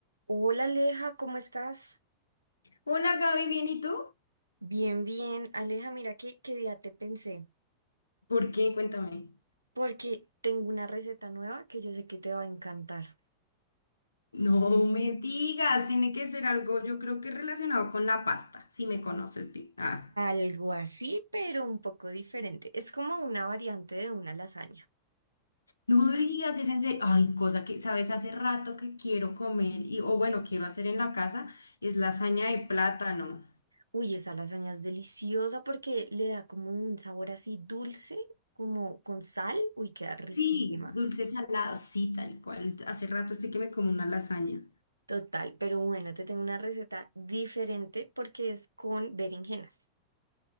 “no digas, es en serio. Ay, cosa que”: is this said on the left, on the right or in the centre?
Left